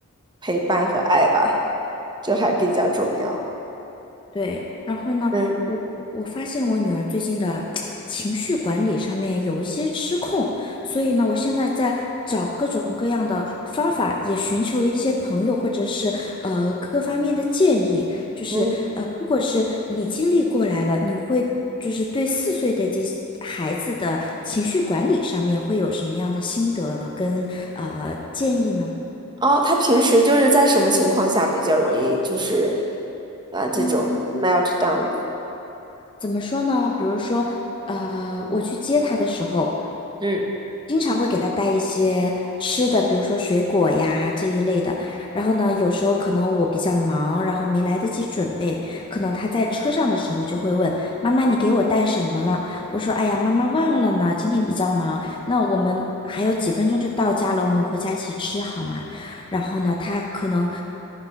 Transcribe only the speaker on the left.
对，然后呢，
我我发现我女儿最近的 <tsk> 情绪管理上面有一些失控，所以呢，我现在在找各种各样的方法，也寻求一些朋友或者是呃各方面的建议。就是呃，
如果是你经历过来了，你会就是对四岁的这孩子的情绪管理上面会有什么样的心得跟呃建议呢？
嗯。
怎么说呢？比如说，呃，我去接他的时候，
经常会给他带一些吃的，比如说水果呀这一类的。然后呢，有时候可能我比较忙，然后没来得及准备，可能他在车上的时候就会问妈妈：“你给我带什么了？”我说：“哎呀，妈妈忘了呢，今天比较忙。那我们还有几分钟就到家了，我们回家一起吃好吗？”然后呢，他可能